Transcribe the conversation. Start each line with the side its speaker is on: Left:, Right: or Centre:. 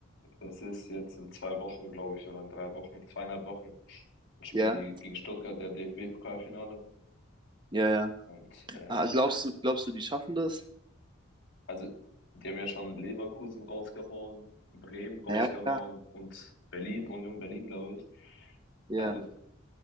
Left: das ist jetzt in zwei Wochen, glaube ich, oder in drei Wochen, zweieinhalb Wochen, spielen
Right: Ja,
Left: die gegen Stuttgart ja DFB-Pokalfinale.
Right: ja, ja.
Left: Und äh,
Right: Ah, glaubst du, glaubst du, die schaffen das?
Left: also, die haben ja schon Leverkusen rausgehauen, Bremen rausgehauen
Right: Ja, ja,
Left: und Berlin, Union Berlin, glaube ich.
Right: ja.
Left: Also,